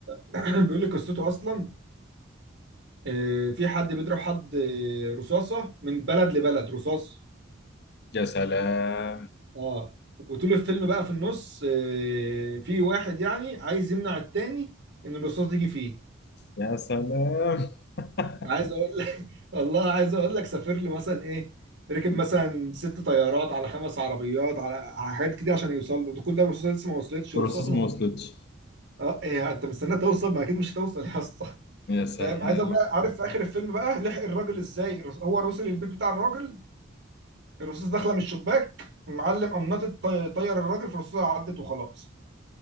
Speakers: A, on the right; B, on the left.
A: <clears throat> بيقول لي قصته اصلا آه، في حد بيضرب حد آه، رصاصه من بلد لبلد رصاص
B: يا سلام
A: اه وطول الفيلم بقى في النص آه، في واحد يعني عايز يمنع التاني ان الرصاص تيجي فيه
B: يا سلام <laughs>
A: عايز اقول لك <laughs> والله عايز اقول لك سافر له مثلا ايه ركب مثلا ست طيارات على خمس عربيات على على حاجات كده عشان يوصل له ده كل ده الرصاصه لسه ما وصلتش
B: بروسيس
A: والرصاصه المفروض
B: ما وصلتش
A: اه إيه انت مستني توصل ما اكيد مش هتوصل يا اسطى
B: يا سلام
A: فاهم عايز بقى عارف في اخر الفيلم بقى لحق الراجل ازاي الرص- هو وصل البيت بتاع الراجل الرصاص داخله من الشباك معلم قمنطت طي- طير الراجل فالرصاصه عدت وخلاص